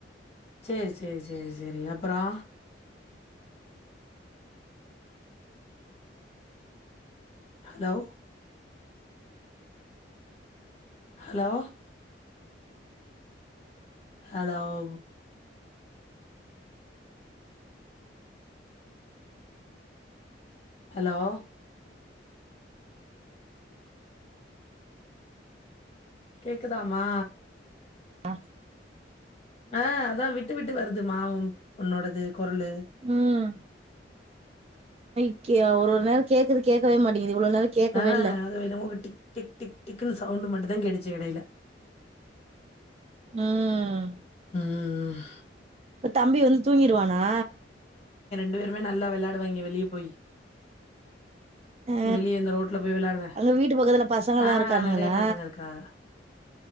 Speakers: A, on the left (about 35°); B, on the right (about 35°).
A: சேரி சேரி சேரி சேரி அப்பறோ ஹலோ ஹலோ ஹலௌ ஹலோ கேக்குதாமா
B: ஆஹ்
A: ஆஹ் அதா விட்டு விட்டு வருதுமா உம் உன்னோடது கொர்லு
B: ம் க்கி ஒர் ஒரு நேரம் கேக்குது கேக்கவே மாட்டிங் இவ்ளோ நேர கேக்கவே
A: ஆ
B: இல்ல
A: அது என்னமோ டிக் டிக் டிக் டிக்ன்னு சவுண்ட் மட்டும்தா கேட்டுச்சு எடையில
B: உம்
A: உம் ம்
B: தம்பி வந் தூங்கிருவானா
A: ண்டு பேருமே நல்லா வெளாடுவாயிங்க வெளியே போய்
B: ஆ
A: வெளியே இந்த ரோட்ல போய் வெளாடுவே
B: அங்க வீட்டு பக்கத்துல பசங்கல்லா
A: ஆஹ்
B: இருக்கானுங்களா
A: நெறைய பசங்க இருக்காக